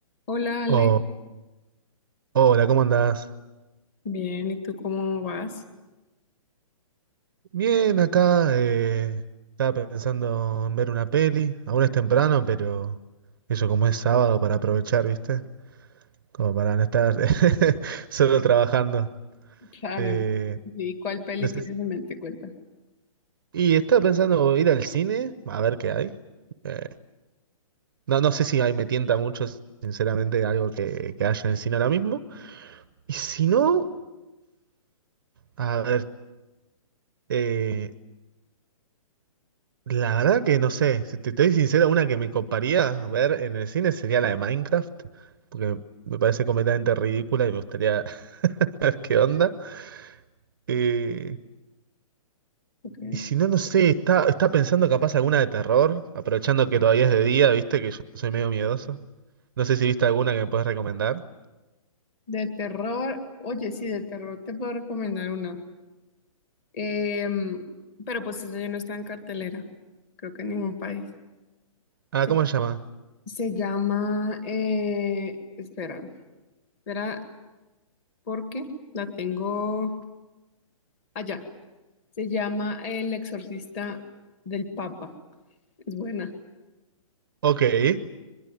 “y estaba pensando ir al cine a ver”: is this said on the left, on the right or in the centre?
Right